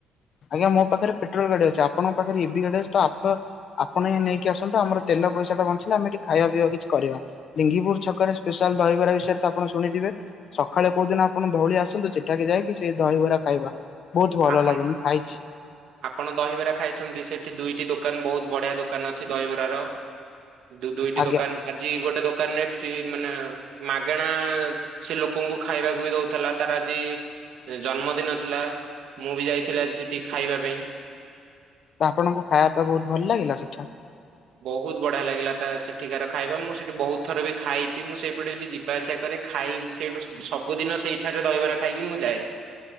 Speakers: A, on the left; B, on the right.
A: ଆଜ୍ଞା ମୋ ପାଖରେ ପେଟ୍ରୋଲ ଗାଡି ଅଛି। ଆପଣଙ୍କ ପାଖରେ ଇ ଭି ଗାଡି ଅଛି ତ, ଆପଣ ହିଁ ନେଇକି ଆସନ୍ତୁ ଆମର ତେଲ ପଇସା ଟା ବଞ୍ଚିଲେ ଆମେ ଏଠି ଖାଇବା ପିଇବା କିଛି କରିବା। ଲିଙ୍ଗିପୁର ଛକରେ ସ୍ପେଶାଲ ଦହିବାର ବିଷୟରେ ତ ଆପଣ ଶୁଣିଥିବେ। ସକାଳେ କୋଉ ଦିନ ଆପଣ ଧଉଳି ଆସନ୍ତୁ ସେଠାକେ ଯାଇକି, ସେ ଦହିବରା ଖାଇବା ବହୁତ ଭଲ
B: ଆପଣ
A: ଲାଗେ। ଖାଇଛି
B: ଆପଣ ଦହିବରା ଖାଇଛନ୍ତି ସେଠି ଦୁଇଟି ଦୋକ ଦୋକାନ ବହୁତ ବଢିଆ ଦୋକାନ ଅଛି ଦହିବରାର, ଯୋଉ ଦୁଇଟି
A: ଆଜ୍ଞା
B: ଦୋକାନ ଆଜି ଗୋଟ ଗୋଟେ ଦୋକାନରେ ଫ୍ରି ମାନେ ମାଗେଣା ସେ ଲୋକଙ୍କୁ ଖାଇବାକୁ ବି ଦଉଥିଲା ତାର ଆଜି ଜନ୍ମଦିନ ଥିଲା ମୁଁ ବି ଯାଇଥିଲି ଆଜି ସେଠି ଖାଇବା ପାଇଁ।
A: ତ ଆପଣଙ୍କୁ ଖାଇବା ପାଇଁ ବହୁତ ଭଲ ଲାଗିଲା ସେଠା।
B: ବହୁତ ବଢିଆ ଲାଗିଲା ତା ସେଠିକାର ଖାଇବା। ମୁଁ ସେଠି ବହୁତ ଥର ବି ଖାଇଛି। ମୁଁ ସେଇପଟେ ବି ଯିବା ଆସିବା କରେ ଖା ଖାଇ ସେଇଠୁ ସ ସବୁଦିନ ସେଇଠାରେ ଦହିବରା ଖାଇକି ମୁଁ ଯାଏ।